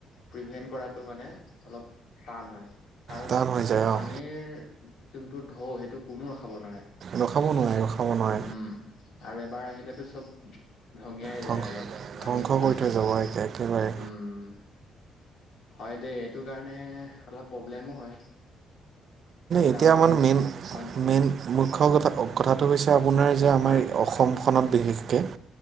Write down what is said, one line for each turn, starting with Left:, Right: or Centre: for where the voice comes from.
Left: প্ৰিভেন্ট কৰাটো মানে অলপ টান হয়। কাৰণ
Right: টান হৈ যায়
Left: পানীৰ
Right: অঁ
Left: যোনটো ঢৌ সেইটো কোনোও ৰখাব নোৱাৰে।
Right: ৰখাব নোৱাৰে ৰখাব নোৱাৰে
Left: উম আৰু এবাৰ আহিলেতো চব ধঙিয়াই
Right: ধ্বংস
Left: যায় আৰু ভাঙি
Right: ধ্বংস
Left: চিঙি
Right: কৰি
Left: থয়।
Right: থৈ যাব একে একেবাৰে
Left: উম। হয় দেই এইটো কাৰণে অলপ প্ৰব্লেমো হয়।
Right: এতিয়া
Left: ডাঙৰ
Right: মান
Left: সমস্যা
Right: মেইন
Left: বানপানীটো
Right: মেইন মুখ্য কথা-কথাটো হৈছে আপোনাৰ যে, আমাৰ
Left: হয়
Right: অসমখনত বিশেষ এ,